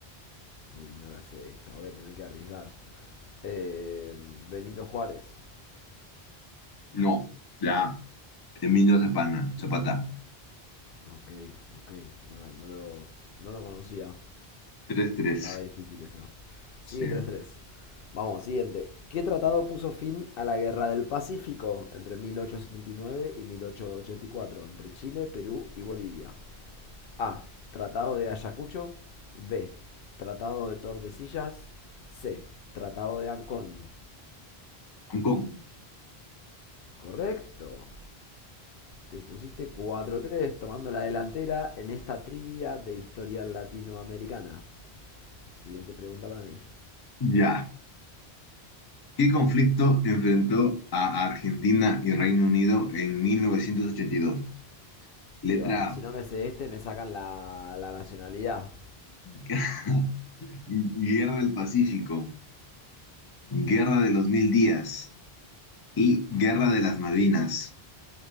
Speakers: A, on the left; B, on the left.
A: Uy, no la sé esta, voy a tener que arriesgar. Eh, Benito Juárez.
B: No, la A. Emilio Zapana, Zapata.
A: Ok, ok, no, la- no lo, no lo conocía.
B: tres tres.
A: Estaba difícil esa. Sigue
B: Sí.
A: tres tres. Vamos, siguiente. ¿Qué tratado puso fin a la Guerra del Pacífico entre 1879 y nueve y mil ochocientos ochenta y cuatro entre Chile, Perú y Bolivia? A. Tratado de Ayacucho. B. Tratado de Tordesillas. C. Tratado de Ancón.
B: Hong Kong.
A: Correcto. Te pusiste cuatro tres tomando la delantera en esta trivia de historia latinoamericana. Siguiente pregunta para mí.
B: Ya. ¿Qué conflicto enfrentó a Argentina y Reino Unido en 1982? Letra
A: Y bueno,
B: A.
A: si no me sé este, me sacan la, la nacionalidad.
B: <laughs> Guerra del Pacífico. Guerra de los Mil Días. Y Guerra de las Malvinas.